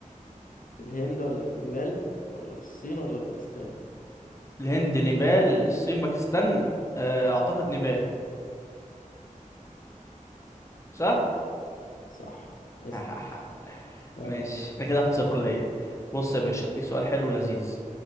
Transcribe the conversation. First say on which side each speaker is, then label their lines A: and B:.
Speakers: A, on the left; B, on the left.
A: في الهند ولا في نيبال ولا في الصين ولا في باكستان
B: الهند نيبال الصين باكستان آه، أعتقد نيبال صح
A: صح اسأل
B: <laughs>
A: اه
B: ماشي انا كده واحد صفر ليا بص يا باشا اديك سؤال حلو ولذيذ